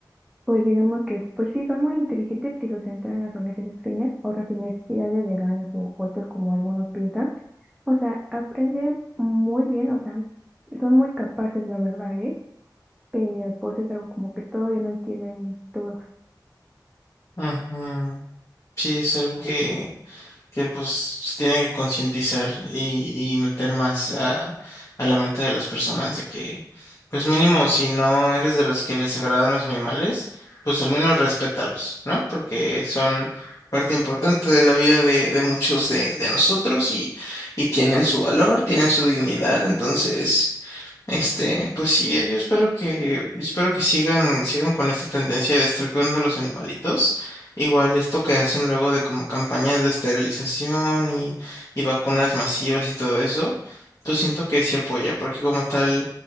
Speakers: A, in the centre; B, on the left.
A: Pues digamos que, pues sí, son muy inteligentes si los entrenas o les enseñas, o sea, sin necesidad de regaños o golpes como algunos piensan. O sea, aprenden muy bien, o sea, y son muy capaces, la verdad, ¿eh? Pero pues es algo como que todavía no entienden todos.
B: Ajá. Sí, es algo que que pues se tiene que concientizar y, y meter más a, a la mente de las personas de que, pues mínimo, si no eres de los que les agradan los animales, pues al menos respétalos, ¿no? Porque son parte importante de la vida de, de muchos de, de nosotros y, y tienen su valor, tienen su dignidad, entonces... Este, pues sí, eh, yo espero que, yo espero que sigan, sigan con esta tendencia de estar cuidando a los animalitos. Igual esto que hacen luego de como campañas de esterilización y, y vacunas masivas y todo eso, pues siento que sí apoya, porque como tal,